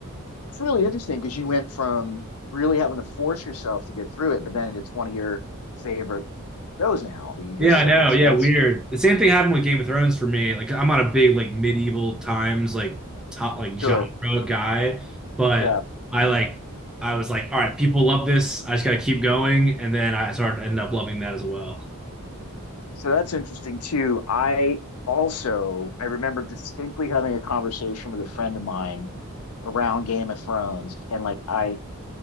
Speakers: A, on the left; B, in the centre.
A: really interesting because you went from really having to force yourself to get through it, but then it's one of your favorite shows now that you
B: Yeah,
A: just
B: I
A: said.
B: know.
A: So
B: Yeah,
A: that's
B: weird. The same thing happened with Game of Thrones for me. Like, I'm not a big like medieval times like top like genre
A: sure,
B: guy, but
A: yeah.
B: I like I was like, all right, people love this. I just got to keep going, and then I started ended up loving that as well. <laughs>
A: So that's interesting too. I also I remember distinctly having a conversation with a friend of mine around Game of Thrones, and like I